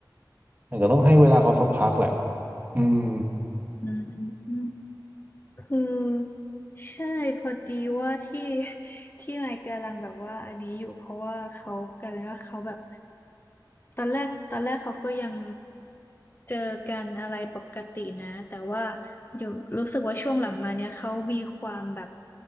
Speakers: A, on the right; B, on the left.
A: อาจจะต้องให้เวลาเขาสักพักแหละอืม
B: อืมคือใช่พอดีว่าที่ <laughs> ที่ไมค์กำลังแบบว่าอันนี้อยู่เพราะว่าเขากลายเป็นว่าเขาแบบ ตอนแรกตอนแรกเขาก็ยังเจอกันอะไรปกตินะแต่ว่าอยู่รู้สึกว่าช่วงหลังมาเนี่ยเขามีความแบบ